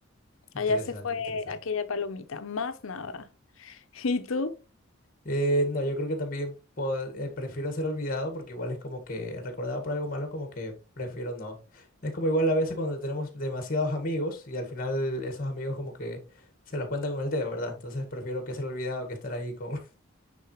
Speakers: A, on the left (about 40°); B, on the left (about 75°).
A: Interesante,
B: Allá se fue
A: interesante.
B: aquella palomita, más nada. <laughs> ¿Y tú?
A: Eh, no, yo creo que también po- eh, prefiero ser olvidado porque igual es como que recordado por algo malo, como que prefiero no. Es como igual a veces cuando tenemos demasiados amigos y al final esos amigos como que se los cuentan con el dedo, ¿verdad? Entonces prefiero que ser olvidado que estar ahí con, <laughs>